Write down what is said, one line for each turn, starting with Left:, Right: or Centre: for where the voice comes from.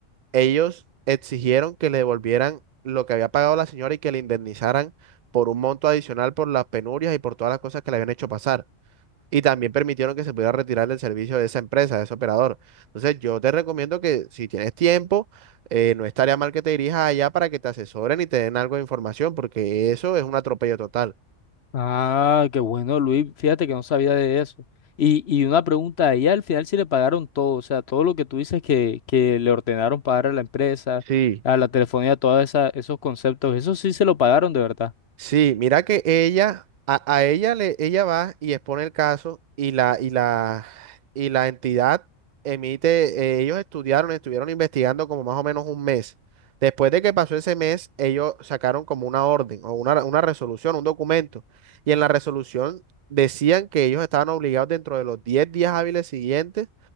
Right: ellos exigieron que le devolvieran lo que había pagado la señora y que le indemnizaran por un monto adicional por las penurias y por todas las cosas que le habían hecho pasar. Y también permitieron que se pudiera retirar del servicio de esa empresa, de ese operador. Entonces, yo te recomiendo que si tienes tiempo, eh, no estaría mal que te dirijas allá para que te asesoren y te den algo de información, porque eso es un atropello total.
Left: Ah, qué bueno, Luis, fíjate que no sabía de eso. Y, y una pregunta, ahí al final sí le pagaron todo, o sea, todo lo que tú dices que, que le ordenaron pagar a la empresa,
Right: Sí.
Left: a la telefonía, todos esos conceptos, eso sí se lo pagaron de verdad.
Right: Sí, mira que ella, a, a ella le, ella va y expone el caso y la, y la, y la entidad emite, eh, ellos estudiaron, estuvieron investigando como más o menos un mes. Después de que pasó ese mes, ellos sacaron como una orden o una, una resolución, un documento. Y en la resolución decían que ellos estaban obligados dentro de los 10 días hábiles siguientes